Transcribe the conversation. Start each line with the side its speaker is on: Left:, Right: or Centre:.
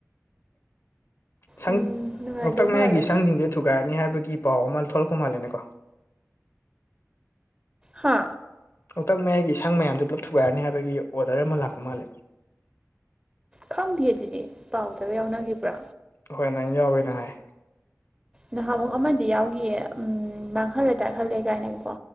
Left: ꯁꯪ
Right: ꯎꯝ ꯅꯨꯡꯉꯥꯏꯗꯧ
Left: ꯂꯣꯛꯇꯥꯛ ꯃꯌꯥꯏꯒꯤ
Right: ꯃꯥꯜꯂꯦ
Left: ꯁꯪꯁꯤꯡꯁꯦ ꯊꯨꯒꯥꯏꯔꯅꯤ ꯍꯥꯏꯕꯒꯤ ꯄꯥꯎ ꯑꯃ ꯊꯔꯛꯄ ꯀꯨꯃꯂꯦꯅꯦ ꯀꯣ
Right: ꯍꯥ
Left: ꯂꯣꯛꯇꯥꯛ ꯃꯌꯥꯏꯒꯤ ꯏꯁꯥꯡ ꯃꯌꯥꯝꯗꯣ ꯄꯨꯂꯞ ꯊꯨꯒꯥꯏꯔꯅꯤ ꯍꯥꯏꯕꯒꯤ ꯑꯣꯗꯔ ꯑꯃ ꯂꯥꯛꯄ ꯃꯥꯜꯂꯦ
Right: ꯈꯪꯗꯦ ꯑꯗꯨꯗꯤ ꯄꯥꯎꯗꯒ ꯌꯥꯎꯅꯈꯤꯕ꯭ꯔꯥ
Left: ꯍꯣꯏ ꯅꯪ ꯌꯥꯎꯕꯅꯦ ꯍꯥꯏ
Right: ꯅꯍꯥꯟꯃꯨꯛ ꯑꯃꯗꯤ ꯌꯥꯎꯈꯤꯌꯦ ꯃꯥꯡꯍꯜꯂꯦ ꯇꯥꯛꯍꯜꯂꯦ ꯀꯥꯏꯅꯒꯤꯀꯣ